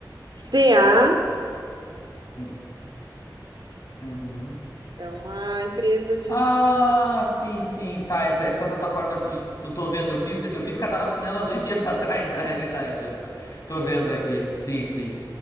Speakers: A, on the right (about 75°); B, on the left (about 50°).
A: CAPHO
B: Hum, Uhum.
A: é uma empresa de.
B: Ah, sim, sim, tá. Essa, essa plataforma, assim, eu tô vendo. Eu fiz, eu fiz cadastro nela dois dias <laughs> atrás, na realidade. Eu tô, tô vendo aqui. Sim, sim,